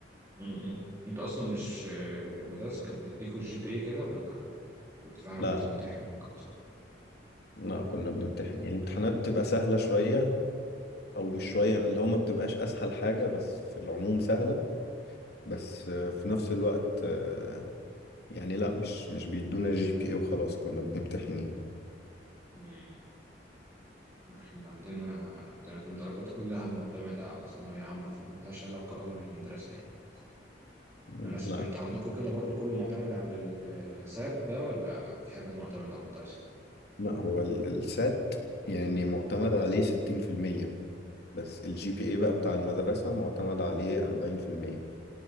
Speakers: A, on the right; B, on the left.
A: امم أنت أصلا مش المدرسة كانت بتديكوا الجي بي إيه كده ولا كنت فعلا
B: لا
A: بتمتحنوا وكده صح؟
B: لا كنا بنمتحن يعني الامتحانات بتبقى سهلة شوية أو مش شوية اللي هو ما بتبقاش أسهل حاجة بس في العموم سهلة بس آه، في نفس الوقت آه، يعني لا مش مش بيدونا جي بي اي وخلاص كنا بنمتحن يعني
A: مم. إحنا عندنا كانت الدرجات كلها معتمدة على ثانوية عامة فملهاش علاقة أوي بالمدرسة يعني
B: م،
A: انا س...
B: لا
A: انتوا عندكم كده برضو كله معتمد على السات ده ولا في حاجات معتمدة على المدرسة
B: لا هو ال- السات يعني معتمد عليه ستين في المية بس الجي بي اي بقى بتاع المدرسة معتمد عليه أربعين في المية